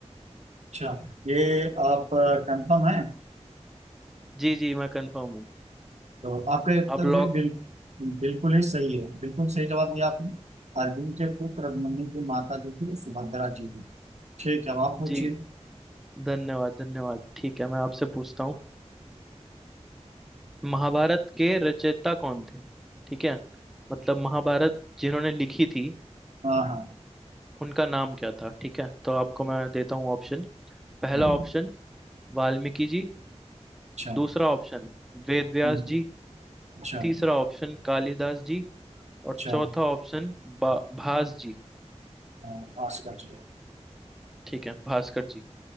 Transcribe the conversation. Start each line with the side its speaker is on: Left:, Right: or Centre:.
Right: अच्छा ये आप कंफर्म है
Centre: जी जी मैं कंफर्म हूँ
Right: तो आपका उत्तर
Centre: आप लोग
Right: जो है बिल, बिल्कुल ही सही है बिल्कुल सही जवाब दिया आपने अर्जुन के पुत्र अभिमन्यु की माता जो थी वो सुभद्रा जी थी ठीक है अब आप पूछिए
Centre: जी धन्यवाद धन्यवाद ठीक है मैं आपसे पूछता हूँ महाभारत के रचयिता कौन थे ठीक है मतलब महाभारत जिन्होंने लिखी थी
Right: हाँ हाँ
Centre: उनका नाम क्या था ठीक है तो आपको मैं देता हूँ ऑप्शन पहला
Right: हाँ,
Centre: ऑप्शन वाल्मीकि जी
Right: अच्छा
Centre: दूसरा ऑप्शन वेद व्यास
Right: हम्म,
Centre: जी
Right: अच्छा
Centre: तीसरा ऑप्शन कालिदास जी और
Right: अच्छा
Centre: चौथा ऑप्शन बा भास जी
Right: हाँ, पास कर दिया
Centre: ठीक है भास्कर जी